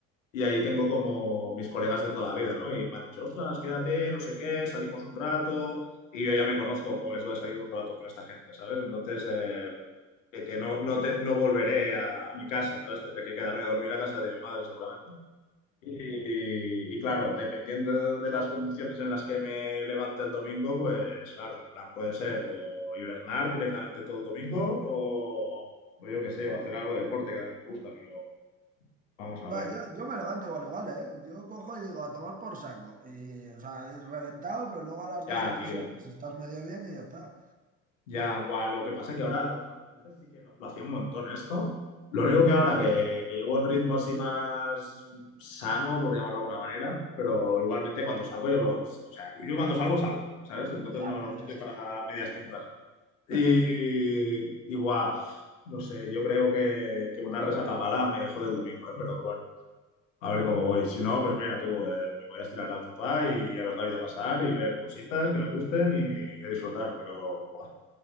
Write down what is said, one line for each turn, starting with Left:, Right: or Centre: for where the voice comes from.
Left: y ahí tengo como mis colegas de toda la vida, ¿no? Y me han dicho, ostras,
Right: sí,
Left: quédate, no sé qué, salimos un rato, y yo ya me conozco con eso de salir un rato con esta gente, ¿sabes? Entonces, eh, que, que no, no, te- no volveré a, a mi casa, ¿sabes? Tendré que quedarme a dormir a casa de mi madre, seguramente. Y, y claro, dependiendo de las condiciones en las que me levante el domingo, pues claro, el plan puede ser o hibernar directamente todo el domingo
Right: sí.
Left: o, o yo qué sé, o hacer algo de deporte que también me gusta, pero vamos a ver.
Right: Va, yo, yo me levanto igual, igual, ¿eh? Yo cojo y digo, a tomar por saco. Y, o sea, y reventado, pero luego a las
Left: Ya,
Right: dos o tres
Left: tío,
Right: horas estás medio bien y ya está.
Left: ya, guau, lo que pasa es que ahora, antes sí que lo, lo hacía un montón esto. Lo único
Right: Sí.
Left: que ahora que, que llevo un ritmo así más sano, por llamarlo de alguna manera, pero igualmente cuando salgo yo lo, o sea, yo cuando salgo salgo, ¿sabes? Entonces
Right: Claro,
Left: no, no
Right: hombre,
Left: estoy
Right: sí.
Left: para medias tintas. Y,
Right: <laughs>
Left: y guau, no sé, yo creo que, que una resaca mala me jode el domingo, ¿eh? Pero bueno, a ver cómo voy. Si no, pues mira tú, eh, me voy a estirar al sofá y a ver la vida pasar y ver cositas que me gusten y, a disfrutar. Pero buah,